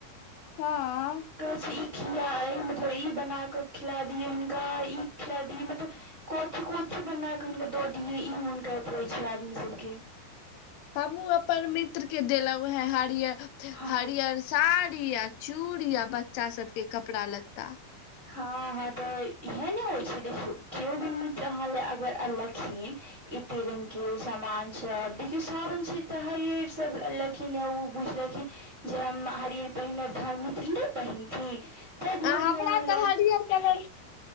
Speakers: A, on the left; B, on the right.
A: हँ।
B: से किया मतलब ई बना कऽ खिला दियै हिनका, इ खिला दियै मतलब कथी-कथी बना कऽ हुनका दऽ दिअ, इ मोन करैत रहै छै आदमी सभ के।
A: हमहूँ अपन मित्रके देलहुँ हँ, हरियर-हरियर।
B: हँ
A: साड़ी आ चूड़ी आ बच्चा सभके कपड़ा-लत्ता।
B: हँ -हँ, तऽ इहे ने होइ छै। देखियौ, जँ केओ भी मित्र अहाँ ले अगर अनलखिन एते रंग के सामान सभ देखियौ। सावन छै तऽ हरियर सभ अलग केना ओ बुझलखिन जे हम हरियर पहिनेब, तऽ हमर मित्र नहि पहिनथिन। तै <unintelligible> धोरी
A: आ हमरा
B: लिअ।
A: हरियर कहू।